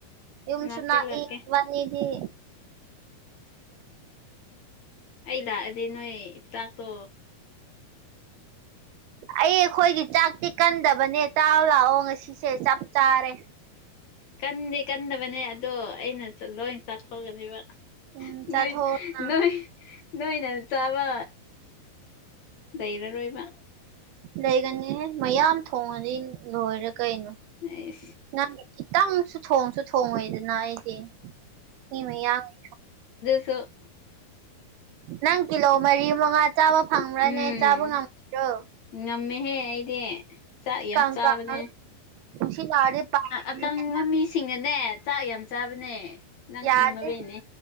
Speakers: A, on the right (about 80°); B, on the left (about 60°).
A: ꯌꯨꯝꯁꯨꯅ
B: ꯂꯥꯛꯀꯦ ꯂꯥꯛꯀꯦ
A: ꯃꯗꯤ
B: ꯑꯩ ꯂꯥꯛꯑꯗꯤ ꯅꯣꯏ ꯆꯥꯛꯇꯣ
A: ꯑꯩ ꯑꯩꯈꯣꯏꯒꯤ ꯆꯥꯛꯇꯤ ꯀꯟꯗꯕꯅꯦ ꯇꯥꯎ ꯂꯥꯛꯑꯣ ꯉꯁꯤꯁꯦ ꯆꯞ ꯆꯥꯔꯦ
B: ꯀꯟꯗꯦ ꯀꯟꯗꯕꯅꯦ ꯑꯗꯣ ꯑꯩꯅ ꯂꯣꯏ ꯆꯥꯊꯣꯛꯒꯅꯦꯕ
A: ꯎꯝ ꯆꯥꯊꯣꯛꯑꯣꯅ
B: ꯅꯣꯏ ꯅꯣꯏ ꯅꯣꯏꯅ ꯆꯥꯕ ꯂꯩꯔꯔꯣꯏꯕ
A: ꯂꯩꯒꯅꯤꯍꯦ ꯃꯌꯥꯝ ꯊꯣꯡꯉꯗꯤ ꯂꯣꯏꯔꯦ ꯀꯩꯅꯣ
B: ꯑꯁ
A: ꯅꯪ ꯈꯤꯇꯪꯁꯨ ꯊꯣꯡꯁꯨ ꯊꯣꯡꯉꯦꯗꯅ ꯑꯩꯗꯤ ꯏꯃꯦ ꯌꯥꯉ
B: ꯁ
A: ꯅꯪ ꯀꯤꯂꯣ ꯃꯔꯤ ꯃꯉꯥ ꯆꯥꯕ ꯐꯪꯕ꯭ꯔꯅꯦ
B: ꯎꯝ
A: ꯆꯥꯕ ꯉꯝꯃ꯭ꯔꯣ
B: ꯉꯝꯃꯦꯍꯦ ꯑꯩꯗꯤ ꯆꯥꯛ ꯌꯥꯝ
A: ꯀꯪ
B: ꯆꯥꯕꯅꯦ
A: ꯀꯪꯉꯒ ꯅꯨꯡꯁꯤꯠ ꯂꯥꯛꯑꯗꯤ ꯄꯥꯏꯔꯅꯤꯅꯦ
B: ꯑꯀꯪ ꯃꯃꯤꯁꯤꯡꯅꯅꯦ ꯆꯥꯛ ꯌꯥꯝ ꯆꯥꯕꯅꯦ ꯅꯪ
A: ꯌꯥꯗꯦ
B: ꯈꯪꯗꯕꯦꯅꯦ